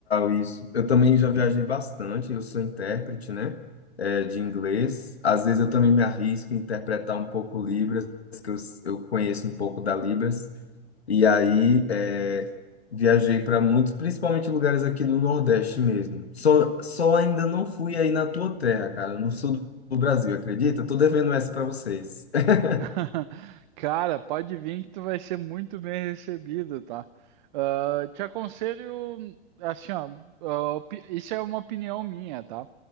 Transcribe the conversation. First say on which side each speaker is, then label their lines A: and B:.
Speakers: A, on the left; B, on the right.
A: isso. Eu também já viajei bastante, eu sou intérprete, né, eh, de inglês. Às vezes eu também me arrisco a interpretar um pouco Libras, que eu, s- eu conheço um pouco da Libras. E aí eh, viajei para muitos, principalmente lugares aqui do Nordeste mesmo. Só, só ainda não fui aí na tua terra, cara, no sul do Brasil, acredita? Tô devendo essa para vocês. <laughs>
B: <laughs> Cara, pode vir que tu vai ser muito bem recebido, tá? Ah, te aconselho, assim, ó, ah, opi- isso é uma opinião minha, tá?